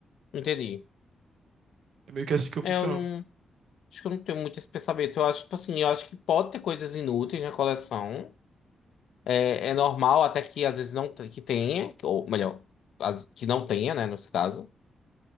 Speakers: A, on the left (about 85°); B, on the right (about 75°).
A: Entendi.
B: É meio que assim que eu funciono.
A: É, Eu não. Acho que eu não tenho muito esse pensamento. Eu acho, tipo assim, eu acho que pode ter coisas inúteis na coleção. É, é normal até que às vezes não te- que tenha, ou melhor, as- que não tenha, né, nesse caso.